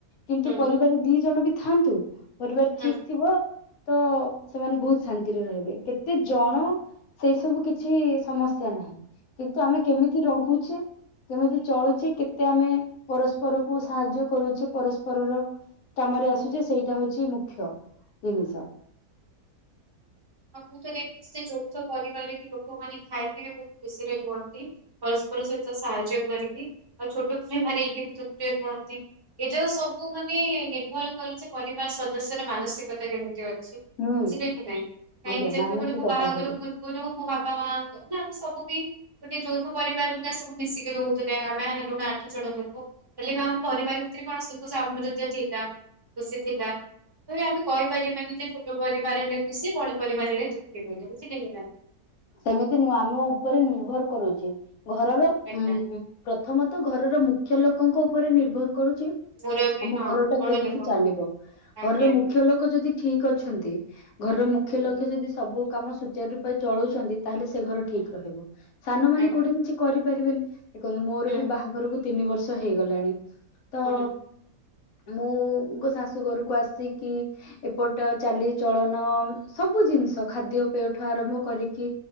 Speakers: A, on the left; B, on the right.
A: କିନ୍ତୁ
B: ହୁଁ
A: ପରିବାର ଦି ଜଣ ବି ଥାଆନ୍ତୁ ପରିବାର
B: ହୁଁ
A: ଠିକ ଥିବ ତ ସେମାନେ ବହୁତ ଶାନ୍ତିରେ ରହିବେ କେତେ ଜଣ ସେଇସବୁ କିଛି ସମସ୍ୟା ନାହିଁ କିନ୍ତୁ ଆମେ କେମିତି ରହୁଛେ କେମିତି ଚଳୁଛି କେତେ ଆମେ ପରସ୍ପରକୁ ସାହାଯ୍ୟ କରୁଛେ ପରସ୍ପରର କାମରେ
B: ଆଜ୍ଞା।
A: ଆସୁଛି ସେଇଟା ହଉଛି ମୁଖ୍ୟ ଜିନିଷ
B: ହଁ ମୁଁ ତ ଦେଖିଛି ଯେ ଯୌଥ ପରିବାରରେ ବି ଲୋକମାନେ ଥାଇକି ବି ବହୁତ ଖୁସିରେ ରୁହନ୍ତି ପରସ୍ପର ସହିତ ସାହାଯ୍ୟ କରିକି ଆଉ ଛୋଟ ସ୍ତ୍ରୀ <unintelligible> ଏଇ ଯୋଉ ସବୁ ମାନେ ନିର୍ଭର କରୁଛି ପରିବାର ସଦସ୍ୟର ମାନସିକତା କେମିତି ଅଛି ବୁଝିଲେ
A: ହୁଁ
B: କି ନାଇଁ କାହିଁକି
A: ଆଜ୍ଞା
B: ଯେତେବେଳେ
A: ମାନସିକତା
B: ମୁଁ ବାହାଘର
A: ହିଁ
B: ଗରୁ ମୋ ବାପା ମା ନା ଆମେ ସବୁ ବି ଗୋଟେ ଯୌଥ ପରିବାର ପୁରା ସବୁ ମିଶିକି ରହୁଥିଲେ ଆମେ ହେଲୁଣି ଆଠ ଜଣ ଲୋକ ହେଲେ ବି ଆମ ପରିବାର ଭିତରେ କଣ ସୁଖ <unintelligible> ଥିଲା ଖୁସି ଥିଲା ତ ଆମେ କହିପାରିବାନି ଯେ ଛୋଟ ପରିବାରରେ ଖୁସି ବଡ ପରିବାରରେ ଦୁଃଖୀ <unintelligible> ନା
A: ସେମିତି ନୁହଁ ଆମ ଉପରେ ନିର୍ଭର କରୁଛି ଘରର
B: ଆଜ୍ଞା
A: ଉଁ ପ୍ରଥମତଃ ଘରର ମୁଖ୍ୟ ଲୋକଙ୍କ ଉପରେ ନିର୍ଭର କରୁଛି
B: ମୋର ବି
A: ଆମ
B: ହଁ
A: ଘରଟା
B: ବଡ
A: କେମିତି
B: ଲୋକ
A: ଚାଲିବ
B: ହଁ ଆଜ୍ଞା
A: ଘରର
B: ଆଜ୍ଞା
A: ମୁଖ୍ୟ ଲୋକ ଯଦି ଠିକ୍ ଅଛନ୍ତି ଘରର ମୁଖ୍ୟ
B: ହୁଁ
A: ଲକ୍ଷ୍ୟ ଯଦି ସବୁ କାମ ସୁଚାର ରୂପେ ଚଳଉଛନ୍ତି ତାହେଲେ ସେ ଘର ଠିକ
B: ହୁଁ
A: ରହିବ ସାନ ମାନେ
B: ଆଜ୍ଞା
A: କୋଉଠି କିଛି କରିପାରିବେନି ଦେଖନ୍ତୁ ମୋର
B: ହୁଁ।
A: ବି ବାହାଘରକୁ ତିନି ବର୍ଷ ହେଇଗଲାଣି ତ
B: ହୁଁ
A: ମୁଁ ଗୋ ଶାଶୁ ଘରକୁ ଆସିକି ଏପଟ ଚାଲିଚଳନ ସବୁ ଜିନିଷ ଖାଦ୍ୟ ପେଠୁ ଆରମ୍ଭ କରିକି